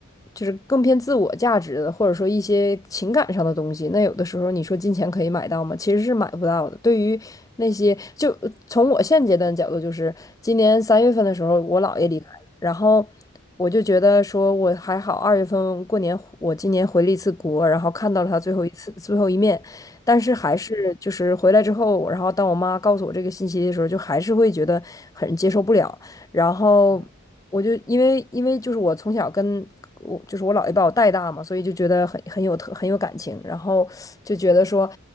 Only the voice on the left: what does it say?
就是更偏自我价值的，或者说一些情感上的东西。那有的时候你说金钱可以买到吗？其实是买不到的。对于那些，就从我现阶段的角度，就是今年三月份的时候，我姥爷离。
然后我就觉得说，我还好，二月份过年我今年回了一次国，然后看到了他最后一次最后一面，
但是还是就是回来之后，
然后当我妈告诉我这个信息的时候，就还是会觉得很接受不了。然后我就因为因为就是我从小跟我就是我姥爷把我带大嘛，
所以就觉得很很有特很有感情，然后就觉得说，